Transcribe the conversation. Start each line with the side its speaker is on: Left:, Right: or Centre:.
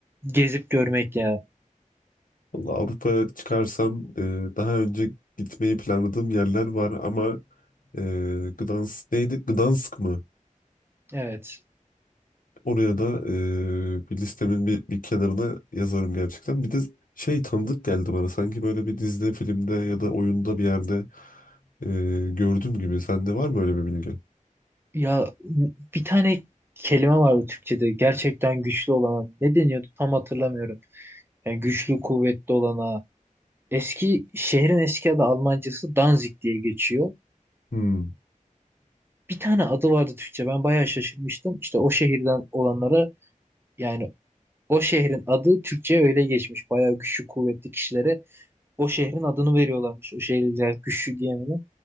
Right: gezip görmek ya.
Left: Vallahi Avrupa'ya çıkarsam e, daha önce gitmeyi planladığım yerler var ama e, Gdansk neydi? Gdansk mı?
Right: Evet.
Left: Oraya da e, bir listemin bir, bir kenarına yazarım gerçekten. Bir de şey tanıdık geldi bana. Sanki böyle bir dizide, filmde ya da oyunda bir yerde e, gördüğüm gibi. Sende var mı öyle bir bilgi?
Right: Ya bir tane kelime vardı Türkçe'de gerçekten güçlü olana ne deniyordu tam hatırlamıyorum. Yani güçlü kuvvetli olana eski şehrin eski adı Almancası Danzig diye geçiyor.
Left: Hmm.
Right: Bir tane adı vardı Türkçe ben bayağı şaşırmıştım. İşte o şehirden olanlara yani o şehrin adı Türkçe'ye öyle geçmiş. Bayağı güçlü kuvvetli kişilere o şehrin adını veriyorlarmış. O şehirler güçlü diye mi ne?